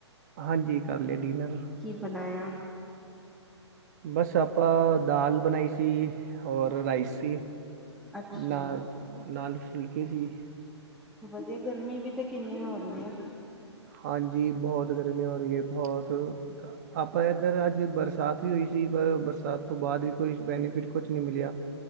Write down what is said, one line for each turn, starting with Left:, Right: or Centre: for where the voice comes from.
Right: ਹਾਂਜੀ ਕਰ ਲੇਆ ਡਿਨਰ।
Centre: ਕੀ ਬਣਾਇਆ?
Right: ਬਸ ਆਪਾਂ ਦਾਲ ਬਣਾਈ ਸੀ। ਹੋਰ ਰਾਈਸ ਸੀ।
Centre: ਅੱਛਾ,
Right: ਨਾਲ ਨਾਲ ਫੁਲਕੇ ਸੀ।
Centre: ਵਧੀਆ ਗਰਮੀ ਵੀ ਤੇ ਕਿੰਨੀ ਹੋ ਰਹੀ ਐ।
Right: ਹਾਂਜੀ ਬੋਤ ਗਰਮੀ ਹੋ ਰਈ ਐ ਬੋਤ ਆਪਾਂ ਏਧਰ ਅੱਜ ਬਰਸਾਤ ਵੀ ਹੋਈ ਸੀ ਪਰ ਬਰਸਾਤ ਤੋਂ ਬਾਅਦ ਵੀ ਕੋਈ ਬੈਨੀਫਿਟ ਕੁਛ ਨਹੀਂ ਮਿਲਿਆ